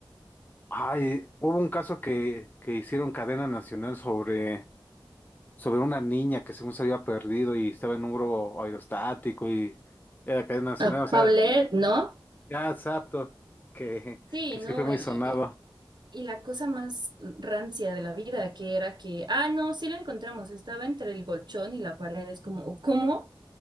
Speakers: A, on the left; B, on the right.
A: Ay, hubo un caso que, que hicieron cadena nacional sobre, sobre una niña que según se había perdido y estaba en un globo aerostático y era cadena nacional,
B: Ah,
A: o sea,
B: Paulette, ¿no?
A: ya exacto, que,
B: Sí,
A: que
B: no,
A: sí fue muy
B: y,
A: sonado.
B: y- y la cosa más rancia de la vida, que era que, ah, no, sí lo encontramos, estaba entre el colchón y la pared, es como, "Oh, ¿cómo?